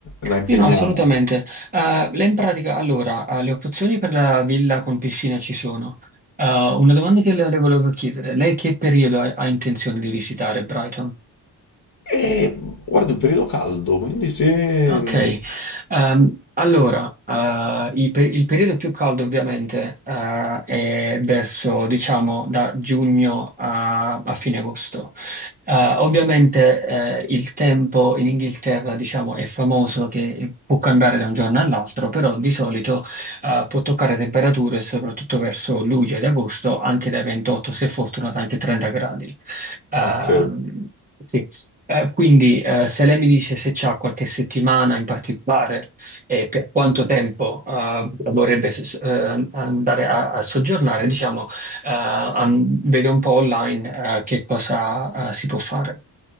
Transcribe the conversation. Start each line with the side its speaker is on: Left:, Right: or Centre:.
Left: la impegniamo.
Right: Sì, no, assolutamente. Eh, lei in pratica, allora, eh, le opzioni per la villa con piscina ci sono. Eh, una domanda che le le volevo chiedere, lei che periodo ha, ha intenzione di visitare Brighton?
Left: E guarda, è un periodo caldo, quindi se...
Right: Ok, ehm, allora, eh, i pe- il periodo più caldo ovviamente eh, è verso, diciamo, da giugno a, a fine agosto. Eh, ovviamente eh, il tempo in Inghilterra, diciamo, è famoso che può cambiare da un giorno all'altro, però di solito eh, può toccare temperature, soprattutto verso luglio ed agosto, anche dai 28, se fortunato, anche 30 gradi. Ehm,
Left: Ok.
Right: sì. Eh, quindi eh, se lei mi dice se c'ha qualche settimana in particolare e per quanto tempo eh, vorrebbe s- eh, andare a, a soggiornare, diciamo, eh, am- vede un po' online eh, che cosa eh, si può fare.